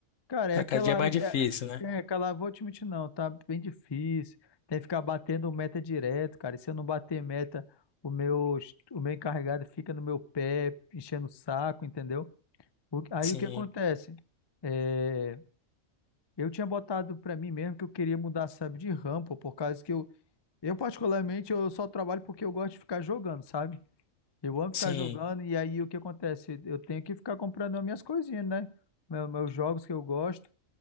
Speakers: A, on the left; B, on the left.
A: Cara,
B: Tá,
A: é aquela
B: cada dia é
A: área
B: mais
A: que
B: difícil,
A: é,
B: né?
A: é aquela, vou te mentir não, tá bem difícil. Tem que ficar batendo meta direto, cara. E se eu não bater meta, o meu, o meu encarregado fica no meu pé, enchendo o saco, entendeu? O- aí
B: Sim,
A: o que acontece? É, eu tinha botado pra mim mesmo que eu queria mudar, sabe, de rampa, por causa que eu, eu particularmente, eu só trabalho porque eu gosto de ficar jogando, sabe? Eu amo ficar
B: sim,
A: jogando e aí o que acontece? Eu tenho que ficar comprando as minhas coisinhas, né? Meu- Meus jogos que eu gosto